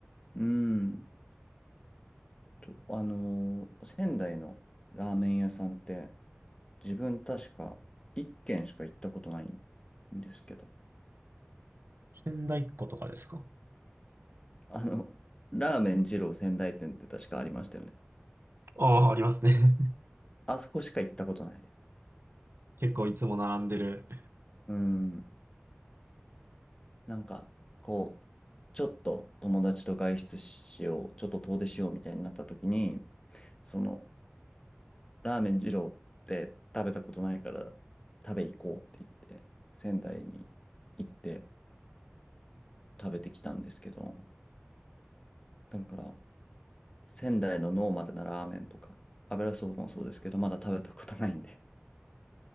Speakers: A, on the left; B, on the right.
A: うんと、あのー仙台のラーメン屋さんって、自分確か1軒しか行ったことないんですけど、
B: 仙台っ子とかですか
A: あの、ラーメン二郎仙台店って確かありましたよね。
B: ああ、ありますね。<laughs>
A: あそこしか行ったことないです。
B: 結構いつも並んでる。
A: うん。なんか、こう、ちょっと友達と外出しよう、ちょっと遠出しようみたいになった時に、その、ラーメン二郎って食べたことないから食べ行こうって言って、仙台に行って食べてきたんですけど、だから、仙台のノーマルなラーメンとか、油そばもそうですけど、まだ食べたことないんで。